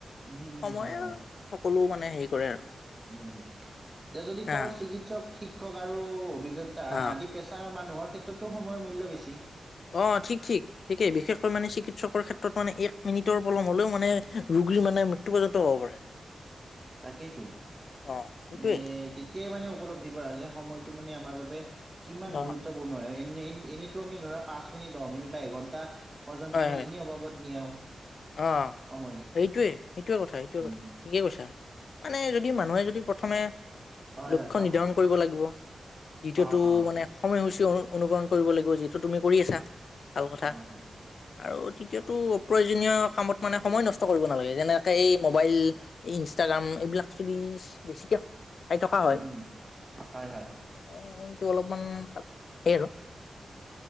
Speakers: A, on the right (about 20°); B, on the left (about 65°).
A: উম উম
B: সময়ে
A: হয় হয়
B: সকলো মানে হেৰি কৰে আৰু
A: উম এতিয়া যদি
B: হা
A: কওঁ চিকিৎসক শিক শিক্ষক আৰু অভিযোগ আদি
B: হা
A: পেছাৰ মানে <unintelligible> লোৱাৰ ক্ষেত্ৰতোয়ৰ মূল্য বেছি
B: অ ঠিক ঠিক। ঠিকেই, বিশেষকৈ মানে চিকিৎসকৰ ক্ষেত্ৰত মানে এক মিনিটৰ পলম হলেও মানে ৰোগীৰ মানে মৃত্যু পৰ্যন্ত হব পাৰে।
A: তাকেইতো।
B: অ সেইটোয়ে
A: মানে তেতিয়াই মানে উপলব্ধি কৰা যে সময়, টো মানে আমাৰ বাবে কিমান
B: অ
A: গুৰুত্বপূৰ্ণ। এনেইতো আমি ধৰা পাঁচ মিনিট দহ মিনিট বা এঘণ্টা- পৰ্যন্ত
B: হয়
A: আমি
B: হয়
A: এনেই অভাৱত নিয়াও।
B: অ
A: সময়
B: সেইটোয়ে, সেইটোৱে কথা, সেইটোয়ে
A: উম
B: কথা, ঠিকে কৈছে। মানে যদি মানুহে যদি প্ৰথমে
A: হয়
B: লক্ষ্য
A: হয় কোৱা
B: নিৰ্ধাৰণ কৰিব লাগিব। দ্বিতীয়তটো
A: অ অ
B: মানে সময় হৈছে অনুকৰণ কৰিব লাগিব যিহেতু তুমি কৰি আছা। ভাল কথা।
A: হয় হয়
B: আৰু তৃতীয়টো
A: হয়
B: অপ্ৰয়োজ প্ৰয়োজনীয় কামত মানে সময় নষ্ট কৰিব নালাগে। যেনেকে এই মোবাইল, ইনষ্টাগ্ৰাম, এইবিলাক যদি বেছিকে চাই থকা
A: উম
B: হয়
A: উম, হয় হয়।
B: এ এইটো অলপমান সেই আৰু